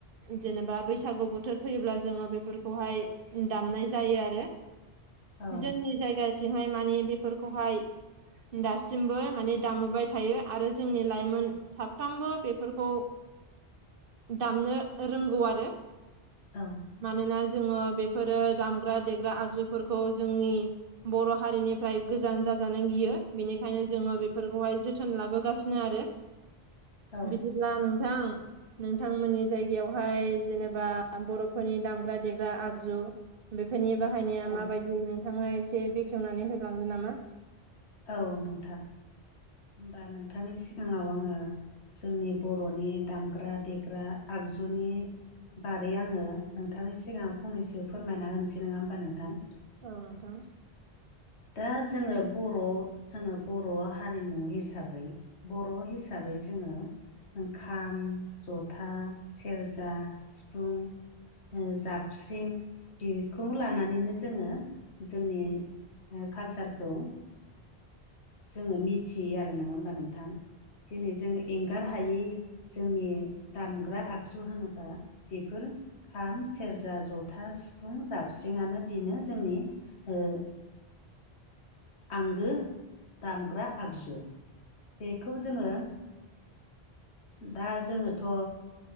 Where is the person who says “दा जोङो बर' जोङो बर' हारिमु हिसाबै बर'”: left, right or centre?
Left